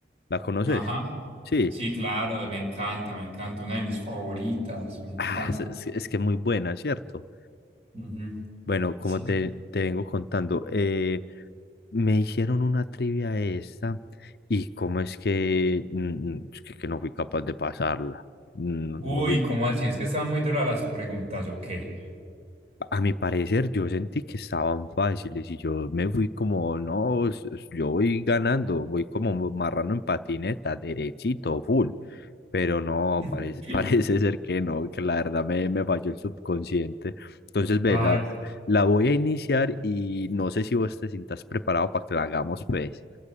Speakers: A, on the left (about 60°); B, on the right (about 35°).
A: ¿la conoces?
B: Ajá.
A: Sí,
B: Sí, claro, me encanta, me encanta. Una de mis favoritas, me encanta.
A: Ah, es, es- es que es muy buena, ¿cierto?
B: Ujú.
A: Bueno, como
B: Sí.
A: te, te vengo contando, eh, Me hicieron una trivia esta y cómo es que, mm, mm, es que, que no fui capaz de pasarla. No,
B: Uy,
A: no fui-
B: ¿cómo así? Es que estaban muy duras las preguntas, ¿o qué?
A: a mi parecer yo sentí que estaban fáciles y yo me fui como, no, s- s- yo voy ganando, voy como mo- marrano en patineta, derechito, full. Pero no, parece,
B: <laughs>
A: <laughs> parece ser que no, que la verdad me, me falló el subconsciente. Entonces, ve,
B: Vale.
A: la, la voy a iniciar y no sé si vos te sientas preparado para que la hagamos, pues.